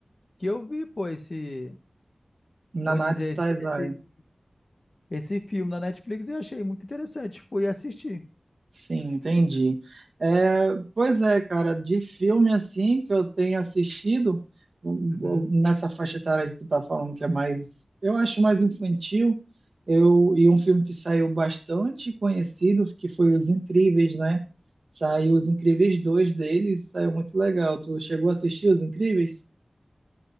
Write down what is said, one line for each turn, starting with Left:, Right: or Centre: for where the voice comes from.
Left: que eu vi, pô, esse, vou
Right: Nanatsu
Left: dizer, esse,
Right: Taizai.
Left: esse, esse filme na Netflix e achei muito interessante, fui assistir.
Right: Sim, entendi. É, pois é, cara, de filme assim que eu tenho assistido, o-
Left: Uhum.
Right: o- nessa faixa etária que tu tá falando que é mais, eu acho mais infantil, eu, e um filme que saiu bastante conhecido, que foi Os Incríveis, né? Saiu Os Incríveis dois deles, saiu muito legal. Tu chegou a assistir Os Incríveis?